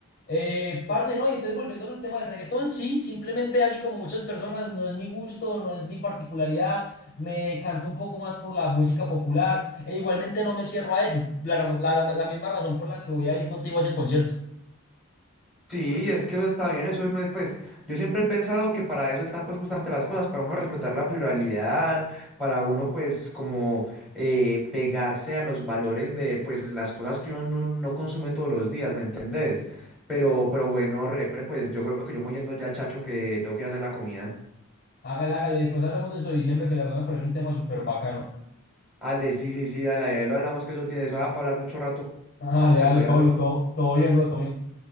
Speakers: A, on the left; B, in the centre.
A: Eh, parce, no, y entonces volviendo al tema del reggaetón, sí, simplemente así como muchas personas, no es mi gusto, no es mi particularidad, me decanto un poco más por la música popular, e igualmente no me cierro a ello, la, ra- la, la- la misma razón por la que voy a ir contigo a ese concierto.
B: Sí, es que eso está bien, eso no es, pues, yo siempre he pensado que para eso están, pues, justamente las cosas, para uno respetar la pluralidad, para uno, pues, como eh, pegarse a los valores de, pues, las cosas que uno no, no consume todos los días, ¿me entendés? Pero, pero bueno, repre, pues, yo creo que yo me voy yendo ya, chacho, que tengo que ir a hacer la comida.
A: Hágale, hágale, después hablamos de eso de diciembre, que la verdad me parece un tema súper bacano.
B: Ale, sí, sí, sí, dale, ahí lo hablamos, que eso tiene, eso va para hablar mucho rato,
A: Dale,
B: pues, chacho,
A: dale,
B: ahí
A: Pablo,
B: hablamos.
A: todo, todo bien, bro, todo bien.